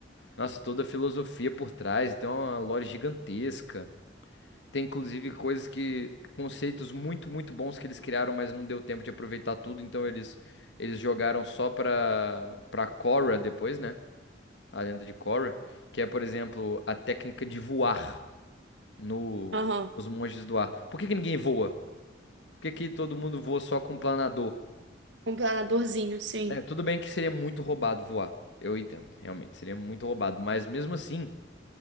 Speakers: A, on the left; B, on the right.
A: Nossa, toda a filosofia por trás, tem uma lore gigantesca. Tem inclusive coisas que, conceitos muito, muito bons que eles criaram, mas não deu tempo de aproveitar tudo, então eles, eles jogaram só pra, pra Korra depois, né? A lenda de Korra, que é, por exemplo, a técnica de voar no,
B: Aham.
A: nos monges do ar. Por que que ninguém voa? Por que que todo mundo voa só com planador?
B: Um planadorzinho, sim.
A: É, tudo bem que seria muito roubado voar. Eu entendo, realmente, seria muito roubado. Mas mesmo assim,